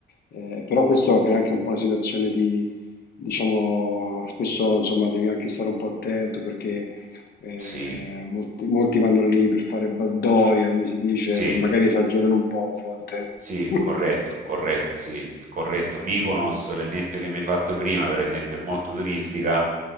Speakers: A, on the left; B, on the right.
A: Eh, però questo crea anche un po' una situazione diciamo, spesso insomma devi anche stare un po' attento perché eh,
B: sì,
A: molti, molti vanno lì per fare baldoria, come si dice,
B: sì,
A: e magari esagerano un po' a volte.
B: sì,
A: <laughs>
B: corretto, corretto, sì, corretto. Mykonos, l'esempio che mi hai fatto prima, per esempio, è molto turistica,